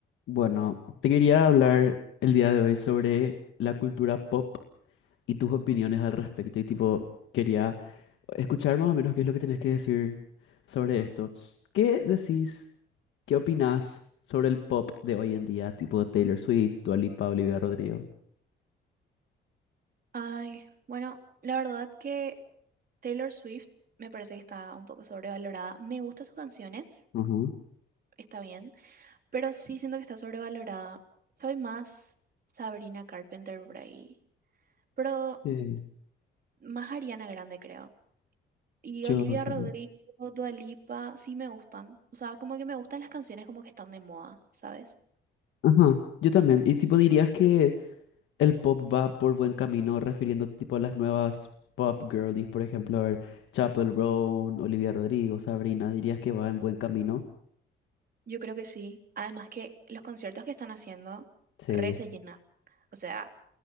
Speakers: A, on the left; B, on the right.
A: Bueno, te quería hablar el día de hoy sobre la cultura pop y tus opiniones al respecto. Y tipo, quería escuchar más o menos qué es lo que tenés que decir sobre esto. ¿Qué decís, qué opinás sobre el pop de hoy en día? Tipo Taylor Swift, Dua Lipa, Olivia Rodrigo.
B: Ay, bueno, la verdad que Taylor Swift me parece que está un poco sobrevalorada. Me gustan sus canciones,
A: Ajá.
B: está bien, pero sí siento que está sobrevalorada. Soy más Sabrina Carpenter por ahí, pero
A: Sí,
B: más Ariana Grande creo. Y
A: yo
B: Olivia
A: también.
B: Rodrigo, Dua Lipa, sí me gustan. O sea, como que me gustan las canciones como que están de moda, ¿sabes?
A: Ajá, yo también. Y tipo, dirías que El pop va por buen camino, refiriendo tipo a las nuevas pop girlies, por ejemplo, a ver, Chappell Roan, Olivia Rodrigo, Sabrina, dirías que va en buen camino.
B: Yo creo que sí. Además que los conciertos que están haciendo
A: Sí,
B: re se llenan. O sea,